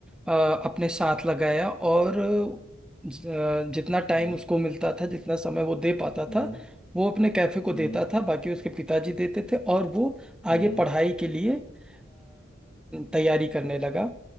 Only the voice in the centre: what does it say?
आ, अपने साथ लगाया और ज- आ, जितना टाइम
उसको मिलता था जितना समय वो दे पाता
था वो अपने कैफे को
देता था बाकी उसके पिताजी देते थे और वो
आगे पढ़ाई के लिए आ, तैयारी करने लगा